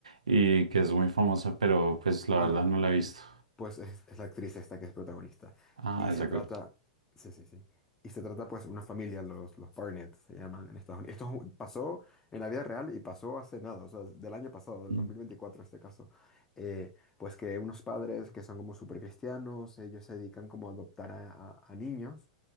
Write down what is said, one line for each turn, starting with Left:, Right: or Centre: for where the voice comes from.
Right: y que es muy famosa, pero pues la
Left: Bueno,
Right: verdad no la he visto.
Left: pues es, es la actriz esta que es protagonista.
Right: Ah,
Left: Y
Right: es
Left: se
Right: la
Left: trata,
Right: Grey.
Left: sí, sí, sí. Y se trata pues una familia, los, los Barnett se llaman en Estados Unidos. Esto es un- pasó en la vida real y pasó hace nada, o sea, del año pasado, del
Right: Mm,
Left: 2024 este caso. Eh, pues que unos padres que son como súper cristianos, ellos se dedican como a adoptar a, a- a niños.